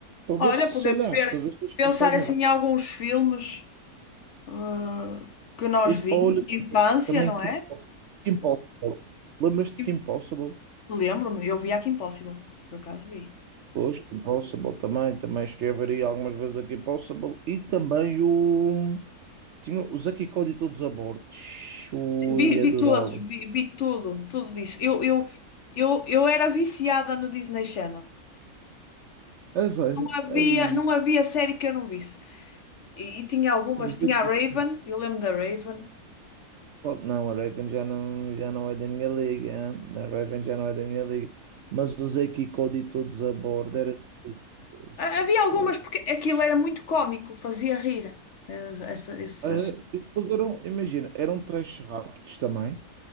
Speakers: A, on the right (about 65°); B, on the left (about 55°).
A: para
B: Olha,
A: ver se,
B: podemos
A: sei lá,
B: ver,
A: para ver se eles
B: pensar
A: conseguem
B: assim
A: ver.
B: em alguns filmes ah, que nós
A: É Isso,
B: vimos
A: olha,
B: de infância,
A: também
B: não
A: Kim
B: é?
A: Possible. Kim Possible. Lembras-te
B: E
A: de Kim Possible?
B: Lembro-me, eu vi Kim Impossible, por acaso vi.
A: Pois, Kim Possible também, também escreveria algumas vezes a Kim Possible e também o. Tinha o Zack e Cody todos a bordo. Ui,
B: Vi,
A: adorava.
B: vi todos, vi, vi tudo, tudo disso. Eu, eu, eu, eu era viciada no Disney Channel.
A: A sério.
B: Não havia,
A: Ai,
B: não havia série que eu não visse. E, e tinha algumas,
A: o Zack
B: tinha a Raven,
A: e Cody.
B: eu lembro da Raven.
A: Qual- Não, a Raven já não, já não é da minha liga. hein? A Raven já não é da minha liga. Mas o Zack e Cody todos a bordo era delicioso,
B: Ah,
A: pá,
B: Havia
A: fogo.
B: algumas porque aquilo era muito cómico, fazia rir. eh, essa- essas-
A: Ah, e depois eram, imagina, eram trash rápidos também.